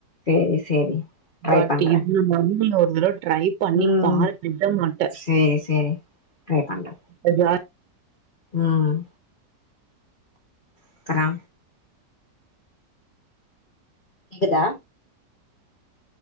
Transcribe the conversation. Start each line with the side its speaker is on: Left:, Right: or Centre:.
Left: சேரி சேரி ட்ரை
Right: பட்
Left: பண்றே
Right: இது <inaudible> ஒரு தடவ ட்ரைப் பண்ணி
Left: ம்
Right: பாரு விட மாட்ட
Left: சேரி சேரி ட்ரை பண்றே
Right: என்ஜாய்
Left: ம் இக்கரா கேக்குதா